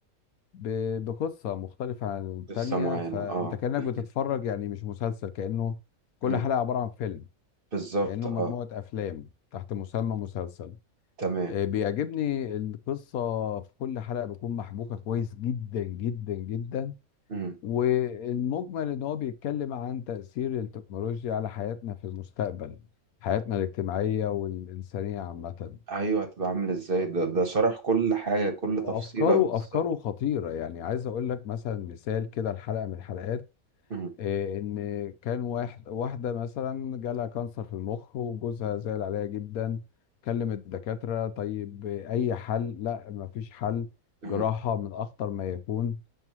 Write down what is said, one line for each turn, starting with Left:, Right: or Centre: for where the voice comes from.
Left: ب... بقصة مختلفة عن التانية
Right: قصة معينة
Left: فانت
Right: اه
Left: كأنك
Right: <clears throat>
Left: بتتفرج يعني مش مسلسل كأنه كل
Right: مم.
Left: حلقة عبارة عن فيلم
Right: بالظبط
Left: كأنه
Right: اه
Left: مجموعة افلام تحت مسمى مسلسل
Right: تمام
Left: أه بيعجبني القصة في كل حلقة بتكون محبوكة كويس جدا جدا جدا
Right: مم.
Left: والمجمل ان هو بيتكلم عن تأثير التكنولوجيا على حياتنا في المستقبل حياتنا الاجتماعية والإنسانية عامة
Right: ايوه هتبقى عامل ازاي ده ده شرح كل حاجة كل
Left: وافكاره
Right: تفصيلة بالظبط
Left: افكاره خطيره يعني عايز اقول لك مثلا مثال كده الحلقه من الحلقات
Right: مم.
Left: آه، ان كان واحد واحده مثلا جالها كانسر في المخ وجوزها زعل عليها جدا كلم الدكاتره طيب آه، اي حل لا ما فيش حل
Right: مم.
Left: جراحه من اخطر ما يكون